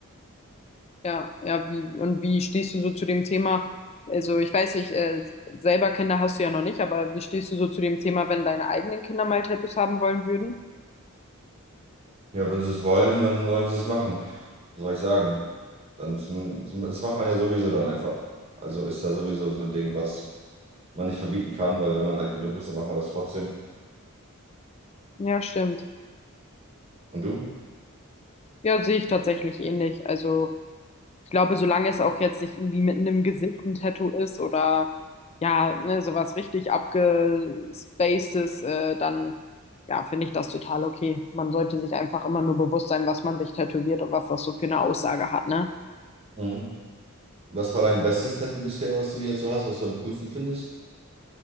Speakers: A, on the left (about 30°); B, on the right (about 25°).
A: Ja, ja, wie, und wie stehst du so zu dem Thema? Also ich weiß nicht, äh, selber Kinder hast du ja noch nicht, aber wie stehst du so zu dem Thema, wenn deine eigenen Kinder mal Tattoos haben wollen würden?
B: Ja, wenn sie es wollen, dann sollen sie es machen. Was soll ich sagen? Dann, zum- zum- das macht man ja sowieso dann einfach. Also ist ja sowieso so ein Ding, was man nicht verbieten kann, weil wenn man alt genug ist, dann machen wir das trotzdem.
A: Ja, stimmt.
B: Und du?
A: Ja, sehe ich tatsächlich ähnlich. Also ich glaube, solange es auch jetzt nicht irgendwie mitten im Gesicht ein Tattoo ist oder ja, ne, sowas richtig abgespacedes, äh, dann ja, finde ich das total okay. Man sollte sich einfach immer nur bewusst sein, was man sich tätowiert und was das so für eine Aussage hat, ne?
B: Mhm. Was war dein bestes Tattoo bisher, was du jetzt so hast, was du am coolsten findest?